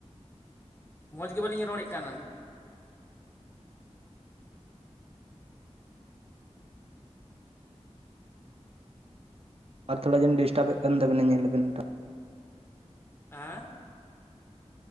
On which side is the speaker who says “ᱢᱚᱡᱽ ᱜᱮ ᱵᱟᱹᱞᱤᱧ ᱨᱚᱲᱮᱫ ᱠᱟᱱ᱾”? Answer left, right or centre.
Left